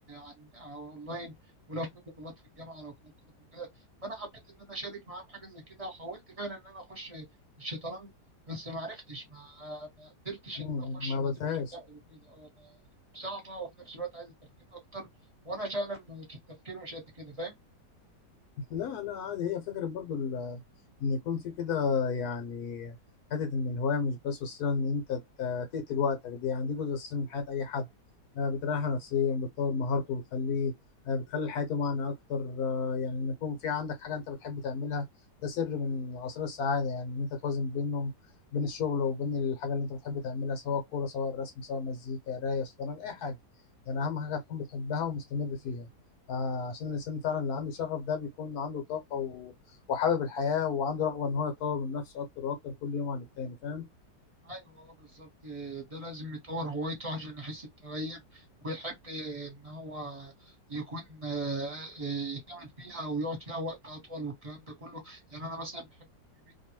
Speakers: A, on the right; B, on the left.
A: عن أو اونلاين ولو في بطولات في الجامعه لو في بطولات وكده فانا حبيت ان انا اشارك معاه في حاجه زي كده وحاولت فعلا ان انا اخش الشطرنج بس ما عرفتش ما ما قدرتش
B: مم،
A: ان انا اخش
B: ما
A: ما
B: قبلتهاش
A: قدرتش اكمل وكده اه ما- صعبه وفي نفس الوقت عايزه تفكير اكتر وانا فعلا في التفكير مش قد كده فاهم
B: لا لا عادي هي فكرة برضو ال- إن يكون في كده يعني حتة إن الهواية مش بس وسيلة إن أنت ت- تقتل وقتك دي يعني دي جزء أساسي من حياة أي حد آه، بتريحه نفسيا بتطور مهارته بتخليه آه، بتخلي حياته معنى أكتر آه، يعني إن يكون في عندك حاجة أنت بتحب تعملها ده سر من أسرار السعادة يعني إن أنت توازن بينهم بين الشغل وبين الحاجة اللي أنت بتحب تعملها سواء كورة سواء رسم سواء مزيكا قراية شطرنج أي حاجة يعني أهم حاجة تكون بتحبها ومستمر فيها آه، عشان الإنسان فعلا اللي عنده شغف ده بيكون عنده طاقة و... وحابب الحياة وعنده رغبة إن هو يطور من نفسه أكتر وأكتر كل يوم عن التاني فاهم؟
A: ايوه آه، بالظبط ده لازم يطور هوايته عشان يحس بتغير ويحب ان هو يكون آه، آه، يكمل فيها ويقعد فيها وقت اطول والكلام ده كله يعني انا مثلا بحب الجيمنج